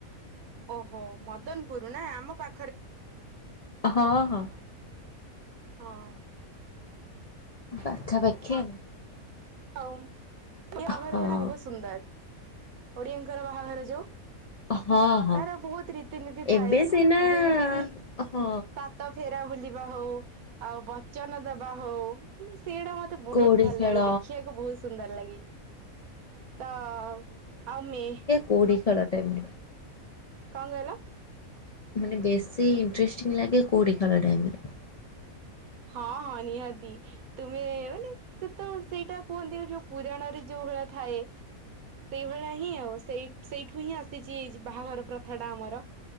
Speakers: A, on the right (about 85°); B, on the left (about 65°).
A: ଓହୋ ମଦନପୁର ନା ଆମ ପା
B: ହଁ ହଁ ହଁ।
A: ହଁ।
B: ପାଖାପାଖି ଆଉ।
A: ହଉ ଏ ବାହାଘର
B: ହଁ
A: ଗୁଡା ବହୁତ ସୁନ୍ଦର ଓଡିଆଙ୍କର ବାହାଘର ଯୋଉ।
B: ହଁ ହଁ
A: ତାର ବହୁତ ରୀତିନୀତି ଥାଏ
B: ଏବେ ସିନା
A: ଯେମିତି କିି
B: ହଁ।
A: ତା ତା ଫେରା ବୁଲିବା ହଉ ଆଉ ବଚନ ଦବା ହଉ ସେଇଢା ମ ମତେ ବହୁତ
B: କଉଡ଼ି
A: ଭଲ
B: ଖେଳ
A: ଲାଗେ ଦେଖିବାକୁ ବହୁତ ସୁନ୍ଦର ଲାଗେ। ତ ଆଉ ମେ
B: କୋଉଢି ଖେଳ ଟାଇମ ରେ।
A: କଣ କହିଲ?
B: ମାନେ ବେଶୀ ଇଣ୍ଟରେଷ୍ଟିଙ୍ଗ୍ ଲାଗେ କୋଉଢି ଖେଳ ଟାଇମ ରେ।
A: ହଁ ହଁ ନିହାତି। ତୁମେ ମାନେ ସେତ ସେଇଟା କୁହନ୍ତି ଯୋଉ ପୁରାଣରେ ଯୋଉ ଭଳିଆ ଥାଏ। ସେଇଭଳିଆ ହିଁ ଆଉ ସେଇ ସେଇଠୁ ହିଁ ଆସିଛି ବାହାଘର ପ୍ର ଥାଟା ଆମର